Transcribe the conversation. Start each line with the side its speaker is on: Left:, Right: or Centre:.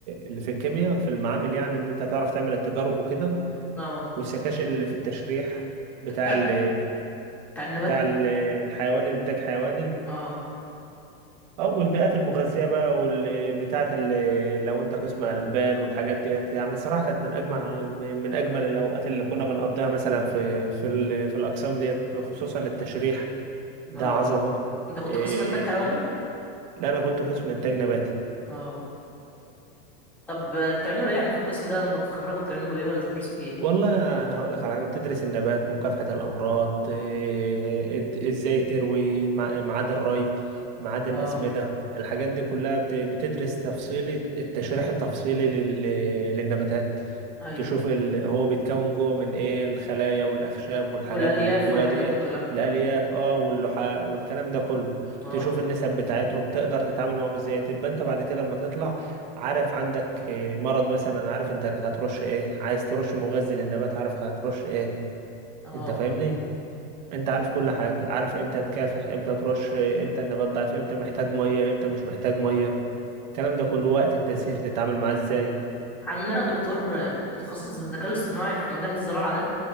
Right: اللي في الكيمياء في المعامل يعني ان انت تعرف تعمل التجارب وكده
Centre: اه
Right: والسكاشن اللي في التشريح بتاع
Centre: بتاع
Right: ال...
Centre: بتاع النبات
Right: بتاع ال- الحيوان الانتاج حيواني
Centre: اه
Right: اه والبيئات المغذية بقى واللي بتاعت اللي لو انت قسم ألبان والحاجات ديت يعني الصراحة كانت من أجمع من أجمل الأوقات اللي كنا بنقضيها مثلا في في ال- في الأقسام ديت خصوصا التشريح ده
Centre: اه
Right: عظمة
Centre: انت كنت
Right: إيه
Centre: قسم انتاج حيواني
Right: لا أنا كنت قسم إنتاج نباتي
Centre: اه طب آه، بتعملوا ايه يعني في القسم ده لما بتتخرجوا بتعملوا ايه ولا بتدرسوا فيه ايه
Right: والله انا هقول لك على حاجه بتدرس النبات مكافحه الامراض إيه، إد- ازاي تروي مع- ميعاد الري ميعاد
Centre: اه
Right: الاسمده الحاجات دي كلها بت- بتدرس تفصيل التشريح التفصيلي لل- للنباتات
Centre: ايوه
Right: تشوف ال... هو بيتكون جوه من ايه الخلايا والاخشاب والحاجات
Centre: والالياف
Right: اللي جوه
Centre: والحاجات
Right: ديت
Centre: دي كلها
Right: الالياف اه واللحاء والكلام ده كله
Centre: اه
Right: تشوف النسب بتاعتهم تقدر تتعامل معاهم ازاي تبقى انت بعد كده اما تطلع عارف عندك آه، مرض مثلا عارف انت هترش ايه عايز ترش مغذي للنبات عارف هترش ايه
Centre: اه
Right: انت فاهمني انت عارف كل حاجة عارف امتى تكافح امتى ترش آه، امتى النبات ضعيف امتى محتاج مية امتى مش محتاج مية الكلام ده كله وقت التزهير تتعامل معاه ازاي
Centre: عندنا دكتور متخصص بالذكاء الاصطناعي في مجال الزراعة ده